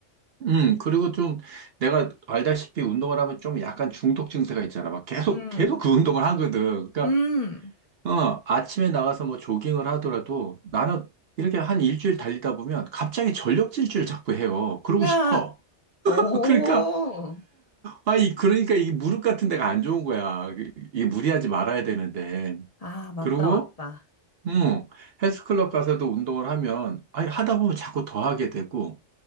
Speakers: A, on the right; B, on the left.
A: 음, 그리고 좀 내가 알다시피 운동을 하면 좀 약간 중독 증세가 있잖아. 막 계속,
B: 음,
A: 계속 그 운동을 하거든. 그러니까,
B: 음,
A: 어, 아침에 나가서 뭐 조깅을 하더라도 나는 이렇게 한 일주일 달리다 보면 갑자기 전력 질주를 자꾸 해요. 그러고
B: 아,
A: 싶어. <laughs>
B: 오,
A: 그러니까 아, 이, 그러니까 이 무릎 같은 데가 안 좋은 거야. 이- 이게 무리하지 말아야 되는데.
B: 아, 맞다,
A: 그리고
B: 맞다.
A: 음, 헬스클럽 가서도 운동을 하면, 아니, 하다 보면 자꾸 더 하게 되고,